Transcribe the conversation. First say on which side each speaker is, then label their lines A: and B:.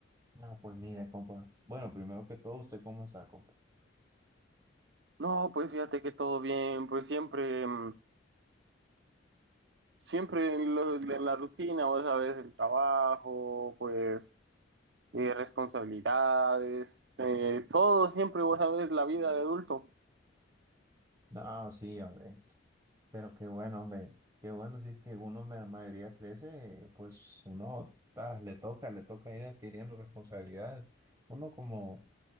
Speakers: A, on the right (about 20°); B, on the right (about 60°).
A: No, pues mire, compa. Bueno, primero que todo, ¿usted cómo está, compa?
B: No, pues fíjate que todo bien, pues siempre, mm, siempre en, lo- en la rutina, vos sabes, el trabajo, pues eh, responsabilidades, eh, todo siempre, vos sabes, la vida de adulto.
A: No, sí, hombre. Pero qué bueno, hombre, qué bueno, si es que uno me la mayoría crece, pues uno ah, le toca, le toca ir adquiriendo responsabilidades. Uno como,